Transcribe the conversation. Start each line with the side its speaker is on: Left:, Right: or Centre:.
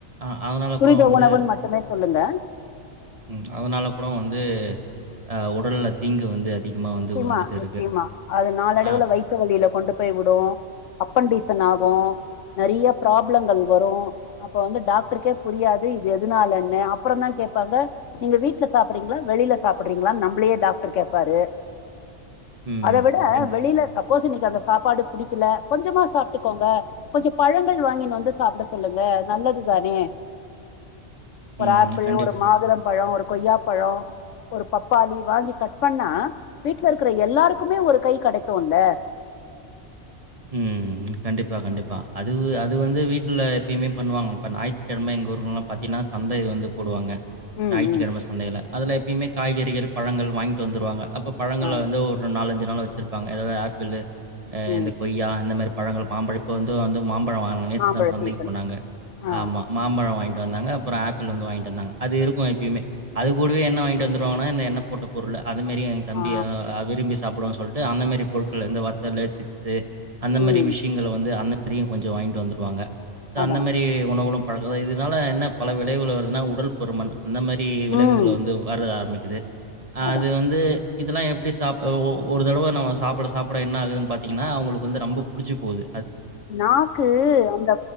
Right: அ அதனால
Left: துரித
Right: கூட வந்து
Left: உணவுன்னு மட்டுமே சொல்லுங்க
Right: ம் அதனால கூட வந்து ஆ உடல்ல தீங்கு வந்து அதிகமா
Left: நிச்சயமா
Right: வந்து வந்துட்டு
Left: நிச்சயமா
Right: இருக்கு.
Left: அது நாளடைவுல
Right: அ.
Left: வயித்து வழில கொண்டு போய் விடு அப்பன்டீசன் ஆகு நெறையா ப்ராப்ளங்கள் வரு அப்ப வந்து டாக்டருக்கே புரியாது இது எதுனாலன்னு அப்பறோ தா கேப்பாங்க நீங்க வீட்ல சாப்றீங்களா வெளில சாப்றீங்களான்னு நம்பளயே டாக்டர் கேப்பாரு
Right: ம்.
Left: அத விட
Right: கண்டி
Left: வெளில சாப் சப்போஸ் இன்னக்கி அந்த சாப்பாடு புடிக்கல கொஞ்சமா சாப்ட்டுக்கோங்க கொஞ்சோ பழங்கள் வாங்கின்னு வந்து சாப்ட சொல்லுங்க நல்லதுதானே ஒரு
Right: ம்.
Left: ஆப்பிள்
Right: கண்டிப்
Left: ஒரு மாதுளம் பழம் ஒரு கொய்யாப்பழம் ஒரு பப்பாளி வாங்கி கட் பண்ணா வீட்ல இருக்கிற எல்லாருக்குமே ஒரு கை கெடைக்குல்ல
Right: ம் கண்டிப்பா கண்டிப்பா அது அது வந்து வீட்ல எப்பயுமே பண்ணுவாங்க ஞாயித்துக்கிழம எங்க ஊர்லல்லா பாத்தீன்னா சந்தை வந்து போடுவாங்க
Left: ம்
Right: ஞாயி்த்துக்கிழம
Left: ம்
Right: சந்தைல அதுல எப்பயுமே காய்கறிகள் பழங்கள் வாங்கிட்டு வந்துருவாங்க அப்போ பழங்கள்ல
Left: ஆ
Right: வந்து ஒரு நாலஞ் அஞ்சி நாளு வச்சிருப்பாங்க ஏதாவது ஆப்பிள்ளு அ
Left: ம்
Right: எந்த கொய்யா இந்த மாரி பழங்கள் மாம்பழப் இப்ப வந்து வந்து மாம் பழம் வாங்குனாங்க நேத்து
Left: மாம்பழ
Right: தா சந்தைக்கு
Left: சீசன்
Right: போனாங்க
Left: ஆ
Right: ஆமா மாம்பழம் வாங்கிட் வாங்கிட்டு வந்தாங்க அப்பறோ ஆப்பிள் வந்து வாங்கிட்டு வந்தாங்க அது இருக்கு எப்பயுமே அது கூடவே என்ன வாங்கிட்டு வந்துருவாங்கன்னா இந்த என்ன போட்ட பொருள அது மாரி எங்க தம்பி
Left: ஆ
Right: ஆ விரும்பி சாப் போடுவோ சொல்ட்டு அந்த மாரி பொருட்கள் இந்த வத்தலு சிப் ரே அந்த மாரி
Left: ம்
Right: விஷயங்கள வந்து அந்த அதயு கொஞ்சோ வாங்கிட்டு வந்துருவாங்க இந்த
Left: அதா
Right: அந்த மாரி
Left: அதா
Right: உணவுகளும் பழக்கத்த இதுனால என்ன பல விளைவுகள் வருதுன்னா உடல் பருமன் அந்த மாரி விளைவுகள
Left: ம்
Right: வந்து வர்றது ஆரம்பிக்கு இது ஆ
Left: அதா
Right: அது வந்து இதெல்லா எப்டி சாப்டோ ஒ ஒரு தடவ நம்ம சாப்ட சாப்ட என்ன ஆகுதுன்னு பாத் த்தீங்கன்னா அவுங்களுக்கு வந்து நம்பொ புடிச்சு போது
Left: நாக்கு அந்த